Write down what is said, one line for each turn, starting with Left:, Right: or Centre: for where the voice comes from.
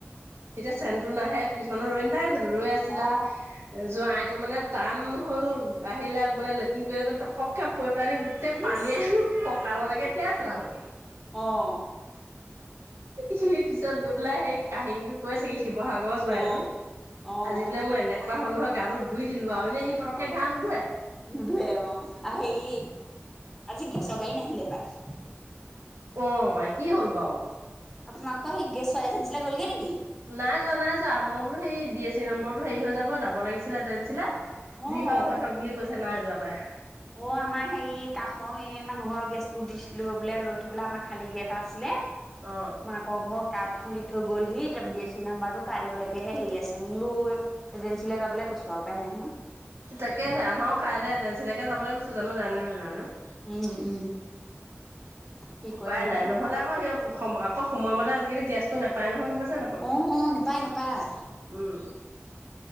Right: তেতিয়া চেনটো নাহে, কিছুমানৰ ৰৈ নাথাকে জানো, ৰৈ আছিলে
Centre: অ
Right: আৰু, জোঁৱাই এইটো মানে টান হ'ল, আহিলে মানে লেট্ৰিন কৰিলে, টপককে কৰি পেলাইনি গোটেই
Centre: ইচ
Right: পানীয়ে কঁকাললৈকে তিয়াই পেলালে।
Centre: অ'।
Right: সি পিছত গৈ পেলাই সেই কাহিনীটো কৈছেগে, শিৱসাগৰৰ
Centre: অ
Right: জোঁৱাইটো।
Centre: অ
Right: আজি
Centre: অ
Right: বোলে মই এনেকুৱা হ'ল নহয়, গাটো ধুই দিলো আৰু, এনেই সি পতককে
Centre: অ
Right: গা নুধুৱে।
Centre: নুধুৱে, অ', আৰু হেৰি, আজি গেছৰ গাড়ী নাহিলে পাই।
Right: অ' পাই, কি হ'ল বাও?
Centre: আপোনালোকৰ সেই গেছৰ এজেঞ্চিলৈ গ'লগে নেকি?
Right: নাই যোৱা নাই যোৱা, মই বোলো সেই ডি এছ চি নম্বৰটো হেৰি হৈ যাব, যাব লাগিছিলে এজেঞ্চিলে
Centre: অ
Right: যি হয় হৈ থক বুলি কৈছে, নাই যোৱা পাই।
Centre: অ', আমাৰ হেৰি, কাষৰ সেই মানুহ ঘৰৰ গেছটো দিছিলে-বোলে লৈ থ'বলে আমাৰ খালী গেছ এটা আছিলে।
Right: অঁ
Centre: মাকৰ ঘৰৰ কাৰ্ড খ দি থৈ গ'লহি তাৰ ডি এ চি নাম্বাৰতটো কাইলৈ ল তেহে হেৰি আছে মোৰ বো এজেঞ্চীৈ যাবলৈ কৈছো আৰু উপায় নাই নহয়
Right: তাকেহে আমাৰো কাইলৈ এজেঞ্চীিলৈকে যাবলৈ কৈছো জানো জানে নোজানে
Centre: উম উম কি
Right: উপায়
Centre: কৰে জানো
Right: নাই নহলে আকৌ সেই সম আকৌ সময়মতে আজিকালি গেছতটো নাপায় নহয় গম পাচান
Centre: উম উম নোপায় নাপায়
Right: উম